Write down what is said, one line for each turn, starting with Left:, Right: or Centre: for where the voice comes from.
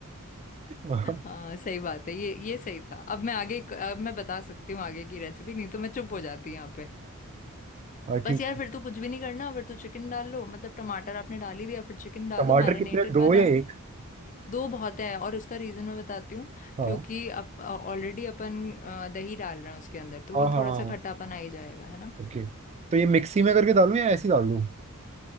Right: हाँ
Left: हाँ सही बात है ये ये सही था अब मैं आगे अब मैं बता सकती हूँ आगे की रेसिपी नहीं तो मैं चुप हो जाती यहाँ पे बस
Right: ठीक
Left: यार फिर तो कुछ भी नहीं करना फिर तो चिकन डाल लो मतलब टमाटर आपने डाल ही दिया फिर चिकन डाल
Right: टमाटर
Left: दो मैरिनेटेड
Right: कितने दो
Left: वाला
Right: या एक
Left: दो बहुत है और उसका रीजन मैं बताती हूँ
Right: हाँ
Left: क्योंकि अब ऑलरेडी अपन अ, दही डाल रहे हैं उसके अंदर तो
Right: हाँ
Left: वो
Right: हाँ
Left: थोड़ा
Right: हाँ
Left: सा खट्टापन आ ही जाएगा है ना।
Right: ओके तो ये मिक्सी में करके डालूं या ऐसे ही डाल दूं